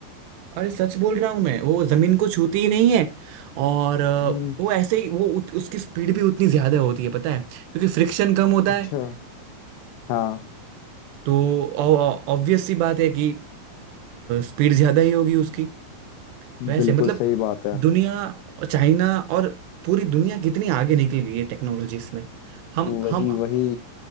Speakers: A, on the right; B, on the left.
A: अरे सच बोल रहा हूं मैं वो जमीन को छूती ही नहीं है और अ,
B: हम्म
A: वो ऐसे ही वो उत, उसकी स्पीड भी उतनी ज्यादा होती है पता है क्योंकि फ्रिक्शन कम होता
B: अच्छा
A: है
B: हाँ
A: तो ऑब्वियस सी बात है कि स्पीड ज्यादा ही होगी उसकी वैसे
B: बिल्कुल
A: मतलब
B: सही बात है
A: दुनिया चाइना और पूरी दुनिया कितनी आगे निकल गई है टेक्नोलॉजीज में हम
B: वही
A: हम
B: वही